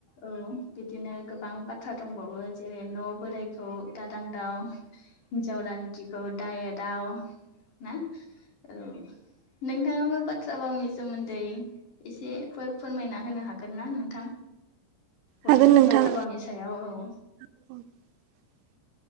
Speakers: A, on the left; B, on the right.
A: औ बिदिनो गोबां बाथ्रा दंबावो जेरै न' बोराइखौ दादां दाव हिन्जाव रान्दिखौ दा एदाव ना औ नोंथाङाबो बाथ्रा भावनि सोमोन्दै एसे फोर फोरमायना होनो हागोन ना नोंथां बर'फोरनि
B: हागोन नोंथां
A: बाथ्रा भावनि सायाव औ
B: <inaudible>